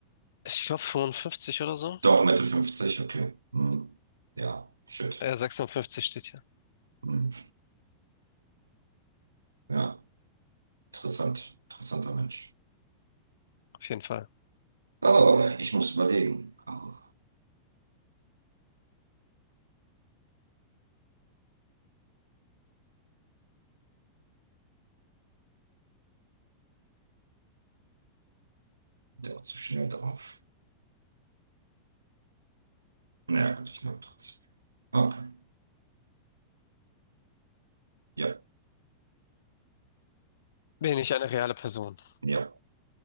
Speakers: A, on the left (about 60°); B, on the right (about 75°).
A: Ich glaube 55 oder so.
B: Doch, Mitte 50, okay. Hm. Ja, shit.
A: Äh, sechsundfünfzig steht hier.
B: Hm. Ja, interessant, interessanter Mensch.
A: Auf jeden Fall.
B: Oh, ich muss überlegen. Oh, der war zu schnell drauf. Naja, gut, ich nehme trotzdem. Okay. Ja,
A: Bin ich eine reale Person?
B: ja,